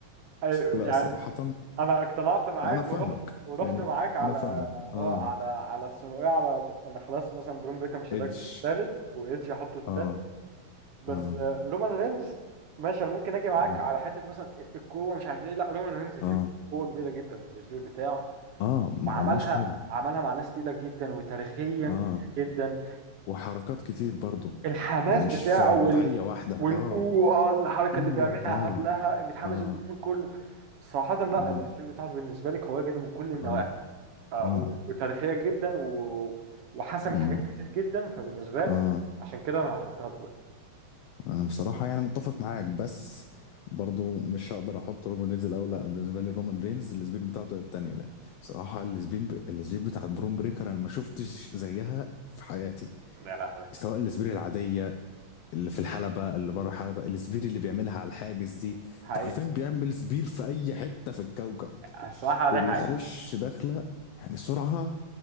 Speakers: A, on the right; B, on the left.
A: أي-
B: لا
A: يعني
B: صراحه
A: انا اقتنعت معاك
B: انا فاهمك
A: ورحت ورحت
B: يعني
A: معاك على
B: انا فاهمك اه
A: اه على على اسمه ايه على انا خلاص مثلا برون بريكر مش
B: ايدج
A: هداك الثالث وايدج هحطه الثالث
B: اه
A: بس
B: اه
A: آه، رومان رينز ماشي انا ممكن اجي معاك
B: اه
A: على حته مثلا القوه مش عارف ايه لا رومان رينز فيها
B: اه
A: قوه كبيره جدا في الاسبوع بتاعه
B: اه ما
A: وعملها
B: قلناش حاجه
A: عملها مع ناس تقيله جدا وتاريخيا
B: اه
A: كتير جدا
B: وحركات كتير برضه
A: الحماس
B: يعني مش
A: بتاعه
B: في وضعيه
A: وال
B: واحده
A: والأوه
B: اه
A: الحركة
B: اوه
A: اللي بيعملها
B: اه
A: قبلها بتحمس
B: اه
A: الجمهور كله صراحة لا
B: اه اه
A: الأسلوب بتاعته بالنسبة لي قوية جدا من كل النواحي
B: اه
A: آه،
B: آه،
A: و- وتاريخية جدا و... وحسمت
B: مم،
A: حاجات كتير جدا فبالنسبة لي
B: اه
A: عشان كده أنا هحطها الأولى
B: انا بصراحة يعني متفق معاك بس برضو مش هقدر احط رومان رينز الاول لا أنا بالنسبة لي رومان رينز السبين بتاعته هي التانية لا بصراحة السبين ب... السبين بتاعت برون بريكر انا ما شفتش زيها في حياتي
A: يا لهوي
B: سواء السبين العادية اللي في الحلبة اللي بره الحلبة السبير اللي بيعملها على الحاجز دي
A: حقيقة
B: انت عارفين بيعمل سبير في اي حتة في الكوكب
A: الصراحة دي
B: وبيخش
A: حقيقة
B: داخلة يعني سرعة